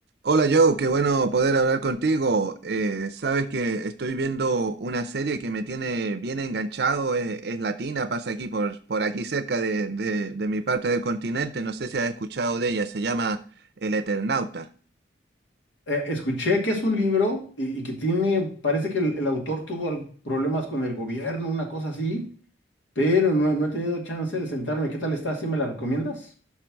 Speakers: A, on the right; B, on the left.
A: Hola Joe, qué bueno poder hablar contigo. Eh, sabes que estoy viendo una serie que me tiene bien enganchado, es, es latina, pasa aquí por, por aquí cerca de, de- de mi parte del continente, no sé si has escuchado de ella, se llama El Eternauta.
B: Eh, escuché que es un libro y, y que tiene, parece que el, el autor tuvo al- problemas con el gobierno, una cosa así, pero no, no he tenido chance de sentarme. ¿Qué tal está? ¿Sí me la recomiendas?